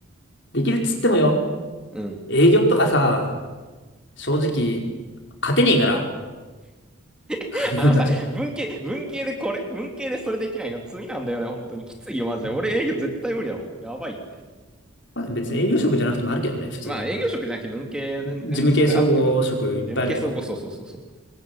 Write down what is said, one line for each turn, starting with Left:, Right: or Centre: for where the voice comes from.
Left: できるっつってもよ。
Centre: うん。
Left: 営業とかさ、正直、勝てねえから、
Centre: <laughs>
Left: <laughs>
Centre: あのさ、
Left: 俺たち。
Centre: 文系、文系でこれ、文系でそれできないの罪なんだよね、本当に。きついよ、マジで。
Left: うん
Centre: 俺営業絶対無理だもん。やばいって。
Left: まあ、別に営業職じゃなくてもあるけどね、普通に。
Centre: まあ営業職じゃなくて文系は全然それあるけど、
Left: 事務系総合職いっぱいあるけど。
Centre: 事務系そうこそうそうそうそう。